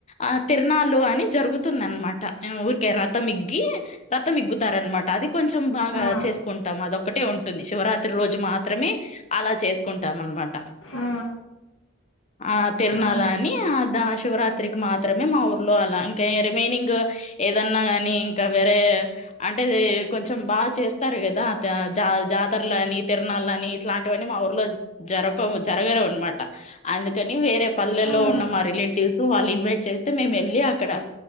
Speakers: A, on the left; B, on the left.
A: ఆ తిరనాలు అని జరుగుతున్నా అనమాట ఊరికే రతం ఇగ్గి రతం ఇగ్గుతారునమాట అది కొంచెం బాగా
B: ఆ
A: చేసుకుంటాం అదొక్కటే ఉంటుంది శివరాత్రి రోజు మాత్రమే అలా చేసుకుంటాంనమాట
B: ఆ ఆ
A: ఆ తీరణాలు
B: ఆహా
A: అని అద శివరాత్రికి మాత్రమే మా ఊర్లో అలా ఇంకా రిమైనింగ్ ఏదన్నా కాని ఇంకా వేరే అంటే కొంచెం బాగా చేస్తారు కదా జా జాతరలు అని తీరణాలు ఇట్లాంటివన్న మా ఊర్లో జరప జరగవు అనమాట అందుకని వేరే పల్లెల్లో
B: ఉమ్
A: ఉన్న మా రిలేటివ్స్ వాళ్ళు ఇన్వైట్ చేస్తే మేము వెళ్ళి అక్కడ.